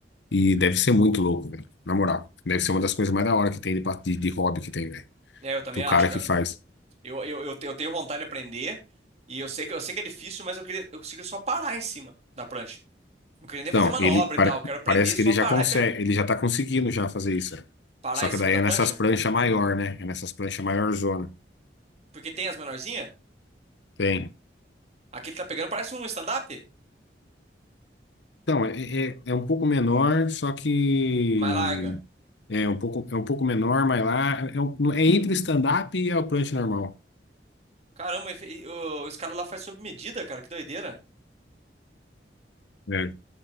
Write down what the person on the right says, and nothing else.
É, eu também
acho,
cara.
Eu, eu, eu, te- eu tenho vontade de aprender e eu sei que eu sei que é difícil, mas eu queria eu consigo só parar em cima da prancha. Não queria nem fazer
manobra
e tal, eu quero aprender
só
parar
e pe-
parar
em
cima
da
prancha,
porque tem as menorzinhas.
Aquele que tá pegando parece um stand-up,
mas larga.
Caramba, e fe- e o- os caras lá faz sob medida, cara, que doideira.